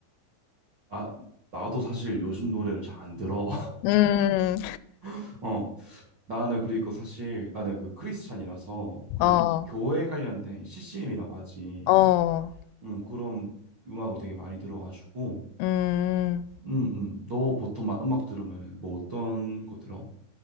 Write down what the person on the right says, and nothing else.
아, 나도 사실 요즘 노래를 잘 안 들어.
<laughs> 어, 나는 그리고 사실 나는 그 크리스찬이라서 그냥
교회 관련된 CCM이라고 하지.
응, 그런 음악을 되게 많이 들어가지고
응, 응. 너 보통 막 음악 들으면은 뭐 어떤 거 들어?